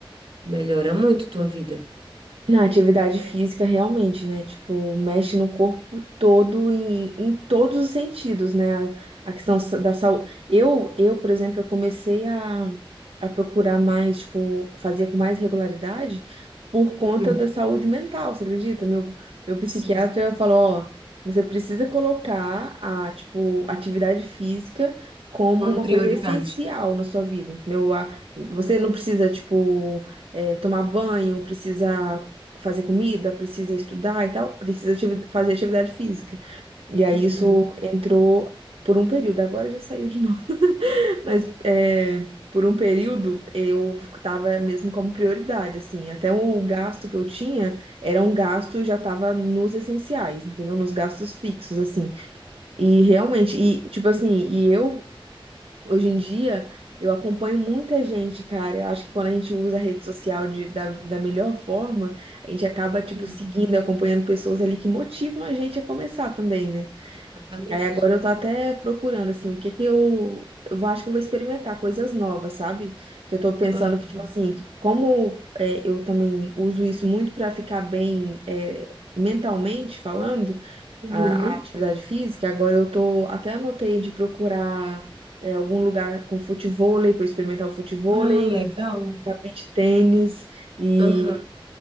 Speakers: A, on the right; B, on the right.
A: Melhora muito tua vida.
B: Na atividade física, realmente, né? Tipo, mexe no corpo todo em, em todos os sentidos, né? A, a questão sa- da saúde. Eu, eu, por exemplo, eu comecei a, a procurar mais, tipo, fazer com mais regularidade por conta
A: Uhum,
B: da saúde mental, você acredita? Meu, meu psiquiatra
A: sim.
B: falou, ó, você precisa colocar a, tipo, atividade física como
A: Como
B: uma
A: prioridade.
B: coisa essencial na sua vida, entendeu? A- Você não precisa, tipo, eh, tomar banho, precisa fazer comida, precisa estudar e tal, precisa ativi- fazer atividade física. E aí
A: Uhum,
B: isso entrou por um período, agora já saiu de novo, <laughs> mas é, por um período eu tava mesmo como prioridade, assim, até o gasto que eu tinha era um gasto, já tava nos essenciais, entendeu? Nos gastos fixos, assim. E realmente, e tipo assim, e eu Hoje em dia, eu acompanho muita gente, cara. Eu acho que quando a gente usa a rede social de, da, da melhor forma, a gente acaba, tipo,
A: uhum,
B: seguindo, acompanhando pessoas ali que motivam a gente a começar também, né?
A: exatamente.
B: Aí agora eu tô até procurando, assim, o que que eu. Eu vou- acho que eu vou experimentar coisas novas, sabe? Que eu tô pensando
A: Aham.
B: que, tipo assim, como é, eu também uso isso muito pra ficar bem é, mentalmente falando
A: Uhum.
B: a, a atividade física, agora eu tô até anotei de procurar é, algum lugar com futevôlei para experimentar o futevôlei,
A: Ah, legal.
B: ficar beach tênis e
A: Aham,